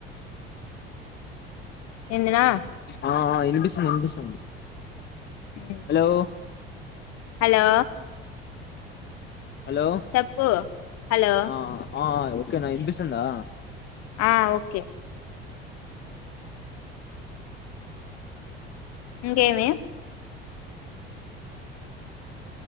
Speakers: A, on the left; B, on the left.
A: ఎందినా
B: ఆ వినిపిస్తుంది వినిపిస్తుంది
A: ఉమ్
B: హలో
A: హలో
B: హలో
A: చెప్పు హలో
B: ఆ ఆ ఓకే నా వినిపిస్తుందా
A: ఆ ఓకే ఇంకెమి